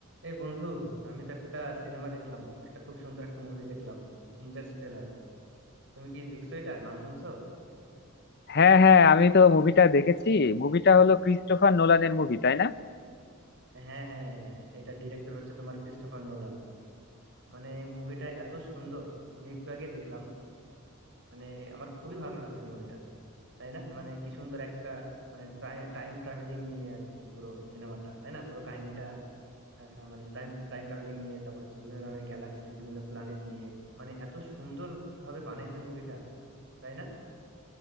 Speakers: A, on the right; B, on the left.
A: এই বন্ধু আমি তো একটা সিনেমা দেখলাম একটা খুব সুন্দর একটা মুভি দেখলাম ইন্টারস্টেলার তুমি কি দেখছো এটা নাম শুনছো
B: হ্যাঁ হ্যাঁ আমি তো মুভিটা দেখেছি মুভিটা হলো ক্রিস্টোফার নোলানের মুভি তাই না
A: হ্যাঁ হ্যাঁ হ্যাঁ হ্যাঁ এটা ডিরেক্টর হচ্ছে তোমার ক্রিস্টোফার নোলান মানে মুভিটা এত সুন্দর আমি একটু আগে দেখলাম মানে আমার খুবই ভালো লাগছে মুভিটা তাই না মানে কি সুন্দর একটা মানে টাইম ট্রাভেলিং নিয়ে আর কি পুরো সিনেমাটা তাই না পুরো কাহিনীটা আহ, মানে টাইম টাইম ট্রাভেলিং নিয়ে তারপর হচ্ছে বিভিন্ন ধরনের গ্যালাক্সি বিভিন্ন প্ল্যানেট নিয়ে মানে এত সুন্দর ভাবে বানাইছে মুভিটা তাই না